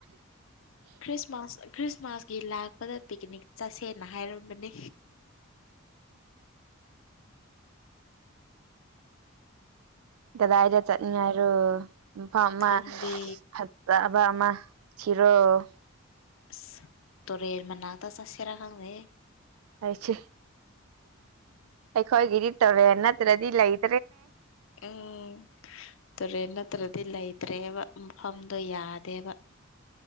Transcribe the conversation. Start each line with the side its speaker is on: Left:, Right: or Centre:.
Left: ꯈ꯭ꯔꯤꯁꯃꯥꯁ ꯈ꯭ꯔꯤꯁꯃꯥꯁꯀꯤ ꯂꯥꯛꯄꯗ ꯄꯤꯛꯀꯅꯤꯛ ꯆꯠꯁꯦꯅ ꯍꯥꯏꯔꯝꯕꯅꯦ
Right: ꯀꯗꯥꯏꯗ ꯆꯠꯅꯉꯥꯏꯔꯣ ꯃꯐꯝ ꯑꯃ
Left: ꯈꯪꯗꯦ
Right: ꯐꯠꯖꯕ ꯑꯃ ꯊꯤꯔꯣ
Left: ꯑꯁ ꯇꯨꯔꯦꯟ ꯃꯅꯥꯛꯇ ꯆꯠꯁꯤꯔ ꯈꯪꯗꯦꯍꯦ
Right: ꯑꯩꯁꯦ ꯑꯩꯈꯣꯏꯒꯤꯗꯤ ꯇꯧꯔꯦ ꯅꯠꯇ꯭ꯔꯗꯤ ꯂꯩ
Left: ꯎꯝ ꯇꯨꯔꯦꯟ ꯅꯠꯇ꯭ꯔꯗꯤ ꯂꯩ ꯐꯠꯇ꯭ꯔꯦꯕꯥ ꯃꯐꯝꯗꯣ ꯌꯥꯗꯦꯕꯥ